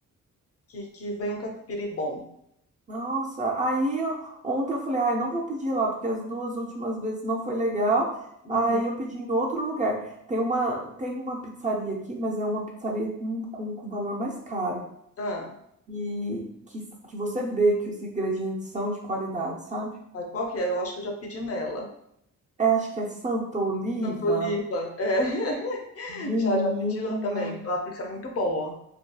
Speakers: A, on the left (about 50°); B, on the right (about 25°).
A: que, que venha um catupiry bom.
B: Nossa, aí eu- ontem eu falei, ai, não vou pedir lá, porque as duas últimas vezes não foi legal.
A: Uhum.
B: Aí eu pedi em outro lugar. Tem uma, tem uma pizzaria aqui, mas é uma pizzaria com, com, com valor mais caro.
A: Ah,
B: e que, que você vê que os ingredientes são de qualidade, sabe?
A: aí qual que é? Eu acho que eu já pedi nela.
B: É acho que é Santa Oliva.
A: Santa Oliva, é. <laughs>
B: Menina,
A: Já, já pedi lá também. Lá A pizza é muito boa.